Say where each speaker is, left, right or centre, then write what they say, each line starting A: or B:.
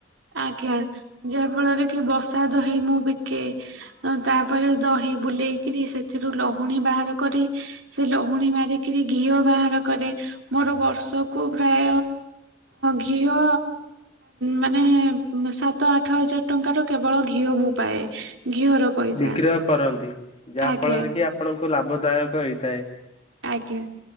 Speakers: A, on the right; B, on the left.
A: ଆଜ୍ଞା, ଯାହା ଫଳରେ କି ବସା ଦହି ମୁଁ ବିକେ ତାପରେ ଦହି ବୁଲେଇକରି, ସେଥିରୁ ଲହୁଣୀ ବାହାର କରି, ସେ ଲହୁଣୀ ମାରିକିରି ଘିଅ ବାହାର କରେ ମୋର ବର୍ଷକୁ ପ୍ରାୟ ଘିଅ ମାନେ ସାତ ଆଠ ହଜାର। ଟଙ୍କା ତ କେବଳ ଘିଅ ମୁଁ ପାଏ। ଘିଅର ପଇସା
B: ବିକ୍ରୟ କରନ୍ତି, ଯାହା
A: ଆଜ୍ଞା
B: ଫଳରେ କି ଆପଣଙ୍କୁ ଲାଭଦାୟକ ହେଇଥାଏ।
A: ଆଜ୍ଞା